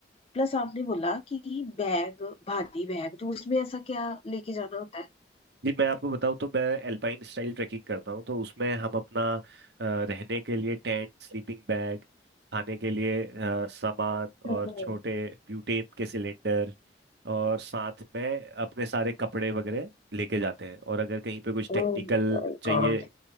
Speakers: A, on the left (about 30°); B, on the right (about 70°).
A: प्लस आपने बोला कि बैग भारी बैग तो उसमें ऐसा क्या लेके जाना होता है
B: जी मैं आपको बताऊं तो मैं एल्पाइन स्टाइल ट्रैकिंग करता हूं तो उसमें हम अपना अ, रहने के लिए टेंट स्लीपिंग बैग खाने के लिए अ, सामान
A: अच्छा
B: और छोटे ब्यूटेन के सिलेंडर और साथ में अपने सारे कपड़े वगैरह लेके जाते हैं और अगर कहीं पे कुछ
A: Oh
B: टेक्निकल
A: my
B: चाहिए
A: god